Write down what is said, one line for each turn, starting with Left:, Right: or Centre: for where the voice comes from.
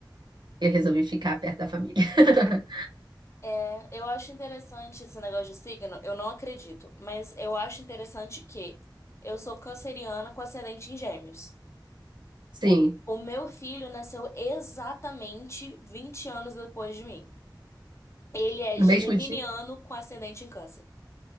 Right: eu resolvi ficar perto da família. <laughs>
Left: É, eu acho interessante esse negócio de signo, eu não acredito, mas eu acho interessante que eu sou canceriana com ascendente em gêmeos.
Right: Sim,
Left: O meu filho nasceu exatamente 20 anos depois de mim. Ele é
Right: no
Left: geminiano
Right: mesmo dia.
Left: com ascendente em câncer.